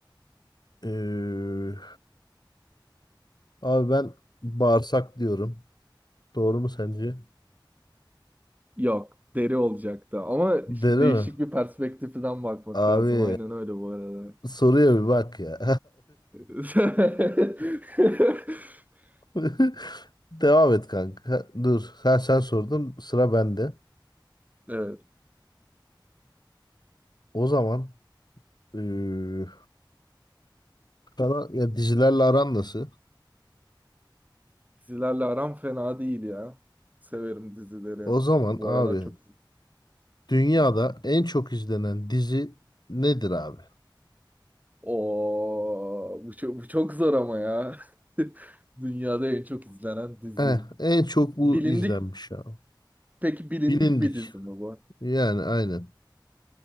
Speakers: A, on the left; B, on the right.
A: Ee, abi ben bağırsak diyorum. Doğru mu sence?
B: Yok, deri olacaktı. Ama
A: Deli
B: işte değişik
A: mi?
B: bir perspektiften bakmak
A: Abi
B: lazım. Aynen öyle bu arada.
A: soruya bir bak ya.
B: <laughs>
A: <laughs> Devam et kanka. Dur, sen sen sordun, sıra bende.
B: Evet.
A: O zaman ee, sana ya dizilerle aran nasıl?
B: Dizilerle aram fena değil ya. Severim dizileri.
A: O zaman
B: Bu
A: abi
B: aralar çok
A: dünyada en çok izlenen dizi nedir abi?
B: Oo bu çok, bu çok zor ama ya. <laughs> Dünyada en çok izlenen dizi.
A: Eh, en çok bu
B: Bilindik
A: izlenmiş ya.
B: peki bilindik
A: Bilindik.
B: bir dizi mi bu?
A: Yani aynen.